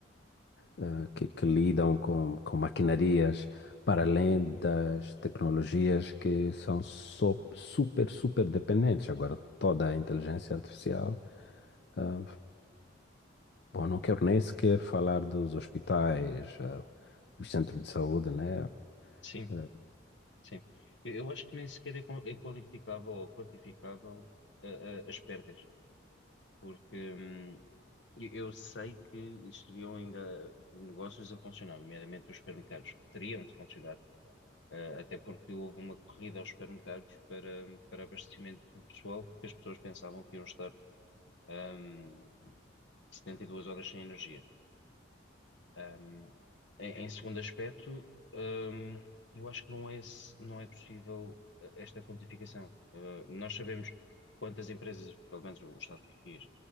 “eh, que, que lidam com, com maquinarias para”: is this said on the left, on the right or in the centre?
Left